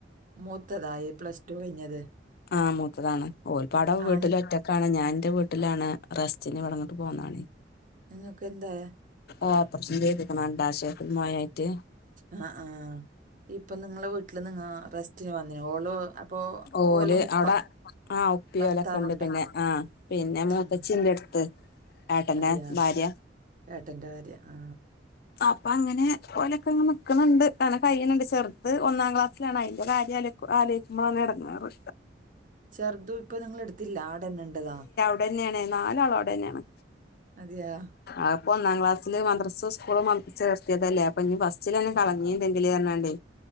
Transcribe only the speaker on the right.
മൂത്തതായി പ്ലസ് ടു കഴിഞ്ഞത്
ആണ്
നിങ്ങൾക്ക് എന്താ
ആഹ് ആഹ്. ഇപ്പൊ നിങ്ങളെ വീട്ടില് നിങ്ങ റെസ്റ്റിന് വന്നയാ ഓളോ അപ്പൊ
ഓളും ഉപ്പ
ഭർത്താവുണ്ടോ
ഉം
അതെയാ
ഏട്ടന്റെ ഭാര്യ ആ
ചെർതും ഇപ്പൊ നിങ്ങളെടുത്തില്ല ആടെന്നെണ്ട് ദാ
അതെയാ